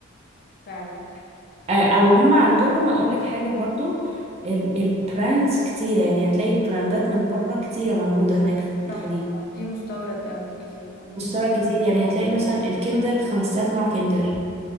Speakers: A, on the left; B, on the right.
A: فعلا
B: <laughs> آه او هم عندهم اقول لك حاجه برضو ال- البراندز كتيره يعني هتلاقي براندات من بره كتيره موجوده هناك في
A: صح
B: الخليج
A: صح في مستورد قوي كتير اه
B: مستورد كتير يعني هتلاقي مثلا الكندر 5000 نوع كندر